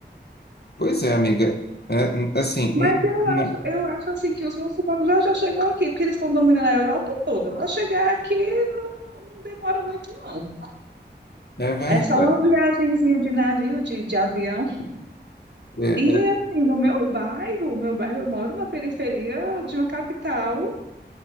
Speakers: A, on the left; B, on the right.
A: pois é, amiga, é, assim,
B: Mas
A: um,
B: eu
A: uma-
B: acho, eu acho assim que os muçulmanos já já chegam aqui, porque eles estão dominando a Europa toda. Para chegar aqui não, não, não demora muito, não.
A: É verdade.
B: É só uma viagenzinha de navio, de, de avião.
A: É,
B: E
A: é,
B: assim, no meu bairro, meu bairro eu moro na periferia de uma capital